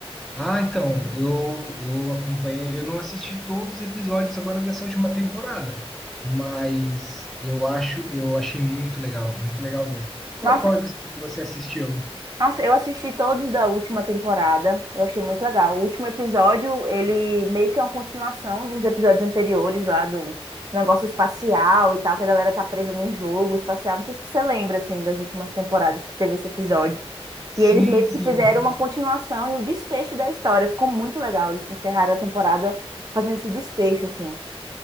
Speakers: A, in the centre; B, on the right.
A: Ah, então, eu, eu acompanhei, eu não assisti todos os episódios agora dessa última temporada, mas eu acho, eu achei muito legal, muito legal mesmo. Qual,
B: Nossa,
A: qual episódio que você assistiu?
B: Nossa, eu assisti todos da última temporada. Eu achei muito legal. O último episódio, ele meio que é uma continuação dos episódios anteriores lá do negócio espacial e tal, que a galera tá presa num jogo espacial. Não sei se você lembra, assim, das últimas temporadas que teve esse episódio. E
A: Sim,
B: eles meio
A: sim.
B: que fizeram uma continuação e o desfecho da história. Ficou muito legal. Eles encerraram a temporada fazendo esse desfecho, assim.